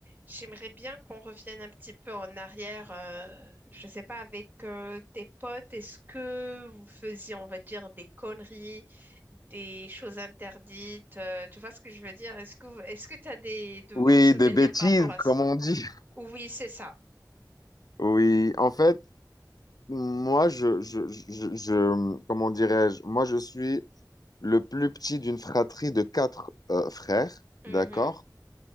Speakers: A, on the right (about 25°); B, on the left (about 60°).
A: J'aimerais bien qu'on revienne un petit peu en arrière. euh, je sais pas, avec euh, tes potes, est-ce que vous faisiez, on va dire, des conneries, des choses interdites? euh, tu vois ce que je veux dire? Est-ce que vous- est-ce que tu as des de
B: Oui,
A: bons souvenirs
B: des bêtises,
A: par rapport à
B: comme
A: ce?
B: on dit.
A: Oui, c'est ça.
B: Oui, en fait, moi, je, je, je, je- comment dirais-je, moi, je suis le plus petit d'une fratrie de quatre euh, frères,
A: Mhm.
B: d'accord?